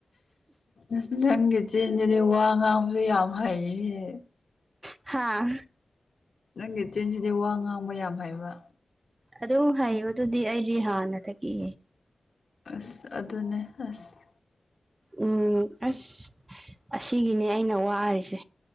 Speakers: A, on the left; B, on the right.
A: ꯑꯁ ꯅꯪꯒꯤ ꯆꯤꯟꯖꯤꯗꯤ ꯋꯥ ꯉꯥꯡꯕꯖꯨ ꯌꯥꯝ ꯍꯩꯍꯦ
B: ꯍꯥꯥ
A: ꯅꯪꯒꯤ ꯆꯤꯟꯁꯤꯗꯤ ꯋꯥ ꯉꯥꯡꯕ ꯌꯥꯝ ꯍꯩꯕ
B: ꯑꯗꯨꯝ ꯍꯩꯕꯗꯨꯗꯤ ꯑꯩꯗꯤ ꯍꯥꯟꯅꯗꯒꯤ
A: ꯑꯁ ꯑꯗꯨꯅꯦ ꯑꯁ
B: ꯎꯝ ꯑꯁ ꯑꯁꯤꯒꯤꯅꯦ ꯑꯩꯅ ꯋꯥꯔꯤꯁꯦ